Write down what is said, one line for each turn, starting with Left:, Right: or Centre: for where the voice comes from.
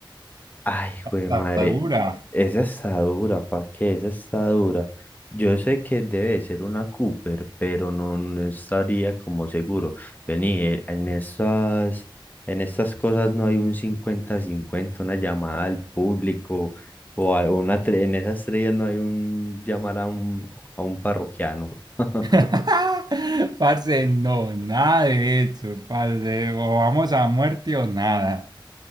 Left: Ay, güey,
Right: La
Left: madre,
Right: dura.
Left: esa está dura, ¿pa' qué? Esa está dura. Yo sé que debe ser una Cooper, pero no, no estaría como seguro. Vení, eh, en estas, en estas cosas no hay un cincuenta-cincuenta, una llamada al público, o a- una, tre- en esas estrellas no hay un llamar a un, a un parroquiano. <laughs>
Right: <laughs> Parce, no, nada de eso, parce. O vamos a muerte o nada.